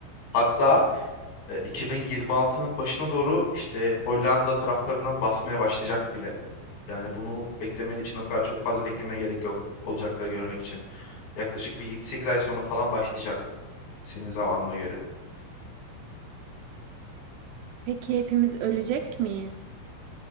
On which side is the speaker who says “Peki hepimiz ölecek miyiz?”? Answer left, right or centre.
Right